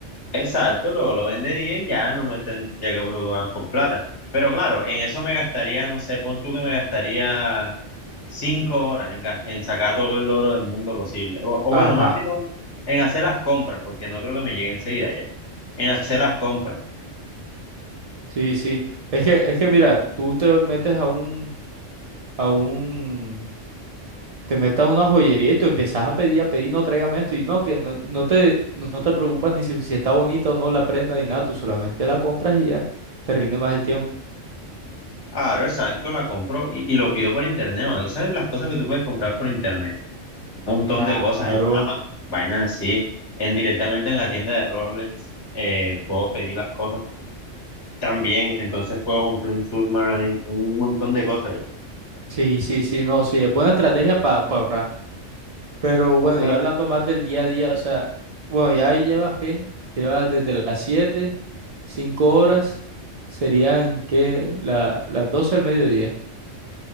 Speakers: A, on the left; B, on the right.
A: Exacto, luego lo vendería y ya no me tendría que preocupar por plata. Pero claro, en eso me gastaría, no sé, pon tú que me gastaría 5 horas en, gas- en sacar todo el oro del mundo posible. O, o
B: Ajá.
A: bueno, más que todo, en hacer las compras, porque no creo que me llegue enseguida ya. En hacer las compras.
B: Sí, sí. Es que, es que mira, tú te metes a un, a un, te metes a una joyería y tú empiezas a pedir, a pedir, no, tráigame esto y no, que no, no te, no te preocupas ni si, si está bonita o no la prenda ni nada, tú solamente la compras y ya te rinde más el tiempo.
A: Claro, exacto, la compro y, y lo pido por internet, mano. ¿Sabes las cosas que tú puedes comprar por internet? Un montón
B: Claro.
A: de cosas en Amazon, vainas así, en, directamente en la tienda de Rolex, eh, puedo pedir las cosas también, entonces puedo comprar un Submarine, un montón de cosas ya.
B: Sí, sí, sí, no, sí, es buena estrategia para ahorrar. Pero bueno,
A: Pero,
B: ya hablando más del día a día, o sea, bueno, ya ahí llevas qué, llevas desde las 7, 5 horas, serían que las 12 del mediodía.